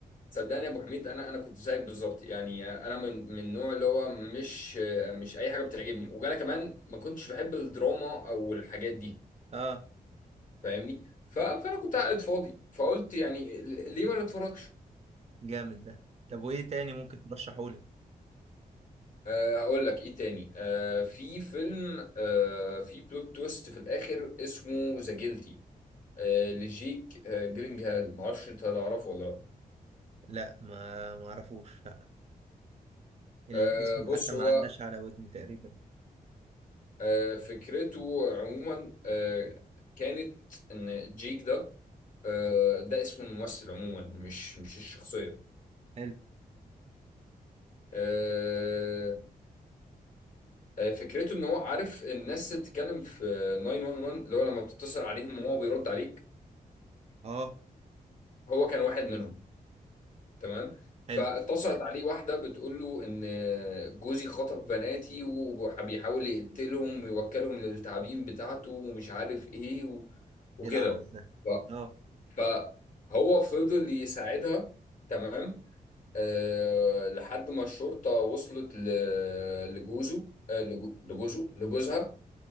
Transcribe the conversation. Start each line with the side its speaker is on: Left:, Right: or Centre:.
Left: صدقني يا ابو حميد انا انا كنت زيك بالظبط يعني آه، انا من من النوع اللي هو مش آه، مش اي حاجه بتعجبني وانا كمان ما كنتش بحب الدراما او الحاجات دي
Right: اه
Left: فاهمني ف- فانا كنت قاعد فاضي فقلت يعني ليه ما نتفرجش
Right: جامد ده طب وايه تاني ممكن ترشحولي
Left: أه هقول لك ايه تاني أه في فيلم أه في بلوت تويست في الاخر اسمه ذا جيلتي أه لجيك أه جرينجهال معرفش انت هتعرفه ولا لا
Right: لا ما ما اعرفوش لا الاسم
Left: أه بص
Right: حتى ما
Left: هو
Right: عداش على ودني تقريبا
Left: أه فكرته عموما أه كانت ان جيك ده أه ده اسم الممثل عموما مش مش الشخصيه
Right: حلو
Left: أه آه، فكرته ان هو عارف الناس اللي بتتكلم في 911 اللي هو لما بتتصل عليهم وهو بيرد عليك
Right: اه
Left: هو كان واحد منهم تمام
Right: حلو
Left: فاتصلت عليه واحدة بتقول له إن جوزي خطف بناتي وبيحاول يقتلهم ويوكلهم للتعابين بتاعته ومش عارف إيه و... وكده
Right: ايه العبث ده
Left: ف...
Right: اه
Left: فهو فضل يساعدها تمام أه... لحد ما الشرطة وصلت ل... لجوزه أه... لجو... لجوزه لجوزها